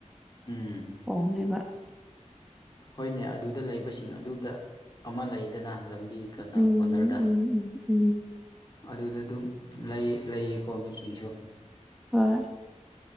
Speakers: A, on the left; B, in the centre.
A: ꯎꯝ
B: ꯍꯣꯡꯉꯦꯕ
A: ꯍꯣꯏꯅꯦ ꯑꯗꯨꯗ ꯂꯩꯕꯁꯤꯡ ꯑꯗꯨꯗ ꯑꯃ ꯂꯩꯗꯅ ꯂꯝ ꯕꯤ ꯀꯅꯥ
B: ꯎꯝ
A: ꯀꯣꯟꯅꯔꯗꯥ
B: ꯎꯝ ꯎꯝ ꯎꯝ
A: ꯑꯗꯨꯗ ꯑꯗꯨꯝ ꯂꯩ ꯂꯩꯌꯦꯀꯣ ꯃꯤꯁꯤꯡꯁꯨ
B: ꯍꯣꯏ